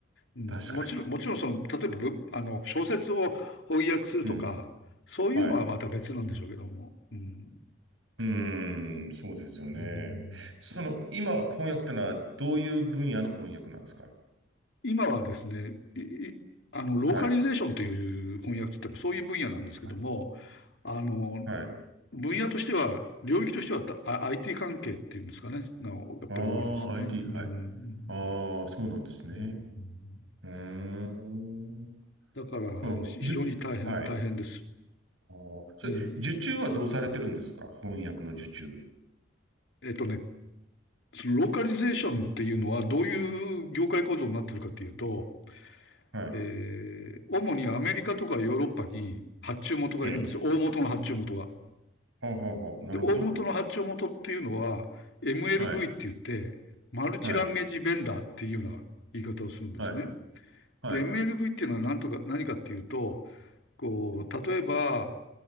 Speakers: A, on the left; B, on the right.
A: うん、
B: 確かに。
A: もちろん、もちろんその、例えばぶ、あの、小説を翻訳するとか、
B: うん。
A: そういうのはまた別なんでしょうけども。
B: はい。
A: うん、
B: うーん、そうですよね。
A: うん
B: その、今、翻訳ってのは、どういう分野の翻訳なんですか
A: 今はですね、いいあの、ローカリゼーションという翻訳って言ってもそういう分野なんですけども、
B: はい。はい。
A: あの、
B: はい。
A: 分野としては、領域としては、あ IT 関係っていうんですかね、がやっぱり多いですね。
B: ああ、IT、
A: うん。
B: はい。ああ、そうなんですね。
A: うん、
B: うーん。
A: だから、
B: その、
A: 非常に大変、
B: 受はい。
A: 大変です。
B: あーそれ、
A: うん。
B: 受注はどうされてるんですか翻訳の受注。
A: えっとね、そのローカリゼーションっていうのはどういう業界構造になってるかっていうと、
B: はい
A: えー、主にアメリカとかヨーロッパに発注元がいるんですよ。
B: ええ。
A: 大元の発注元が。
B: はあはあはあ。なるほど。
A: で、大元の発注元っていうのは MLV
B: はい。
A: って言って、マルチランゲージベンダーっていうような言い方をするんですね。
B: はい。はい。はい。
A: で、MLV っていうのは何とか、何かっていうと、こう、
B: うん。
A: 例えば、